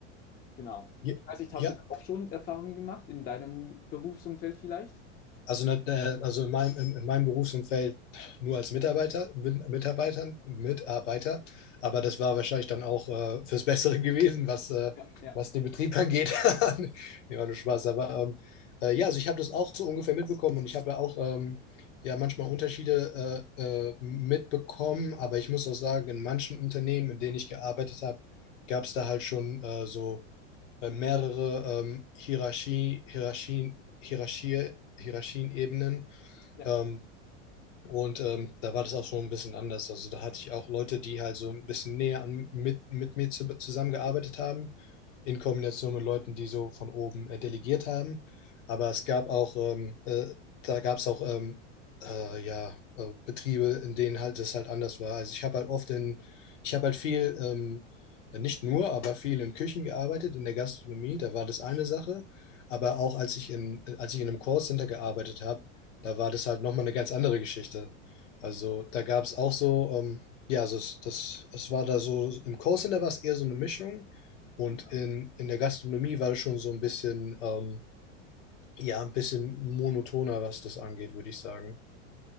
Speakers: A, on the left (about 25°); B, on the left (about 80°).
A: Genau.
B: Ja,
A: Ich weiß nicht, hast
B: ja,
A: du da auch schon Erfahrungen gemacht in deinem Berufsumfeld vielleicht?
B: Also, na, äh, also in meinem, in, in meinem Berufsumfeld nur als Mitarbeiter, Min- Mitarbeitern, Mitarbeiter, aber das war wahrscheinlich dann auch äh, fürs Bessere <laughs> gewesen, was, äh,
A: Ja, ja,
B: was den Betrieb angeht. <laughs> Nee, war nur Spaß. Aber ähm, äh, ja, also ich habe das auch so ungefähr mitbekommen und ich habe ja auch ähm, ja manchmal Unterschiede äh, äh, mitbekommen, aber ich muss auch sagen, in manchen Unternehmen, in denen ich gearbeitet habe, gab es da halt schon äh, so äh, mehrere ähm, Hierarchie, Hierarchien, Hierarchie, Hierarchien-Ebenen,
A: ja,
B: ähm, und ähm, da war das auch schon ein bisschen anders. Also da hatte ich auch Leute, die halt so ein bisschen näher an, mit, mit mir zu, zusammengearbeitet haben, in Kombination mit Leuten, die so von oben äh, delegiert haben. Aber es gab auch, ähm, äh, da gab es auch ähm, äh, ja, äh, Betriebe, in denen halt das halt anders war. Also ich habe halt oft in, ich habe halt viel, ähm, nicht nur, aber viel in Küchen gearbeitet, in der Gastronomie, da war das eine Sache. Aber auch als ich in, als ich in einem Callcenter gearbeitet habe, da war das halt nochmal eine ganz andere Geschichte. Also da gab es auch so, ähm, ja, also es, das, es war da so, im Callcenter war es eher so eine Mischung und
A: ja.
B: in, in der Gastronomie war das schon so ein bisschen, ähm, ja, ein bisschen monotoner, was das angeht, würde ich sagen.